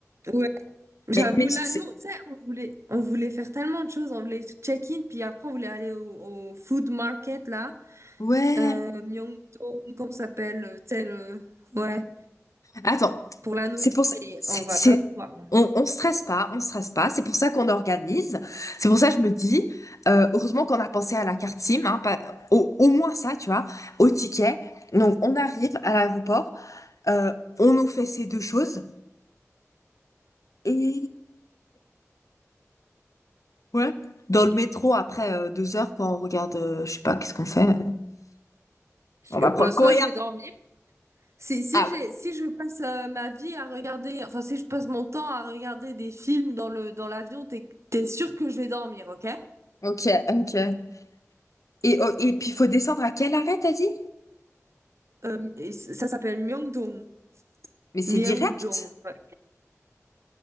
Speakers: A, on the right; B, on the left.
A: ouais, j'avoue
B: Mais, mais
A: là,
B: c'est...
A: nous, tu sais, on voulait, on voulait faire tellement de choses. On voulait check-in, puis après on voulait aller au, au food market là,
B: Ouais.
A: euh, Myeongdong, comment ça s'appelle, tel, ouais,
B: Attends.
A: pour la nourriture. Mais
B: C'est,
A: on va
B: c'est...
A: pas pouvoir. hein.
B: On, on stresse pas, on stresse pas. C'est pour ça qu'on organise. C'est pour ça que je me dis, euh, heureusement qu'on a pensé à la carte SIM, hein, pas- au, au moins ça, tu vois, au ticket. Donc, on arrive à l'aéroport, euh, on nous fait ces deux choses. Et ouais. dans le métro, après euh, deux heures, quand on regarde, euh, je sais pas, qu'est-ce qu'on fait? euh,
A: Je-
B: On va
A: bah,
B: prendre le courrier.
A: soit je vais dormir, Si, si
B: Ah
A: j'ai, si je passe euh, ma vie à regarder, enfin, si je passe mon temps à regarder des films dans le, dans l'avion, t'es, t'es sûr que je vais dormir, ok?
B: ouais. Ok, ok. Et, oh, et puis, il faut descendre à quel arrêt, t'as dit?
A: Euh, et c- ça s'appelle Myeongdong.
B: Mais c'est
A: Myeongdong.
B: direct.
A: Ouais.